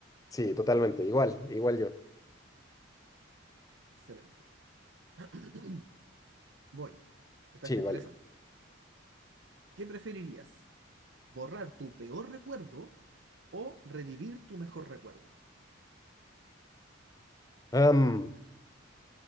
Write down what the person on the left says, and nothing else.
Sí, totalmente. Igual, igual yo.
Sí,
vale.
Am,